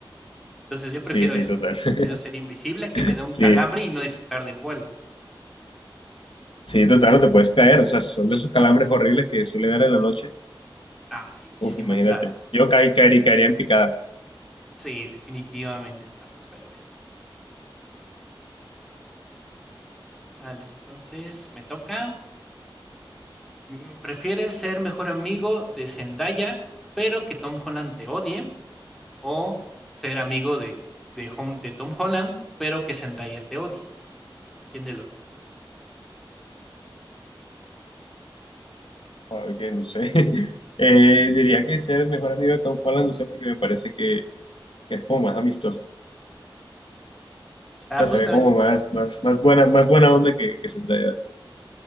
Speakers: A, in the centre; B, on the left.
A: Entonces yo prefiero
B: Sí, sí,
A: eso.
B: total. <laughs>
A: Prefiero ser invisible, que me dé un
B: Sí,
A: calambre y no disfrutar del vuelo.
B: sí, total, no te puedes caer. O sea, si son de esos calambres horribles que suele dar en la noche.
A: Ay,
B: Uf,
A: sí
B: imagínate.
A: me han dado.
B: Yo caí, caería, caería en picada.
A: Sí, definitivamente está más feo eso. Vale, entonces me toca. Mm, ¿Prefieres ser mejor amigo de Zendaya, pero que Tom Holland te odie? O ser amigo de, de, Hom- de Tom Holland, pero que Zendaya te odie. ¿Quién de los dos?
B: Joder, que no sé. <laughs> Eh, diría que ser el mejor amigo de Tom Holland, no sé, porque me parece que que es como más amistoso. O
A: Estaba
B: sea,
A: justamente.
B: se ve como más,
A: tam-
B: más, más buena, más buena onda que, que Zendaya.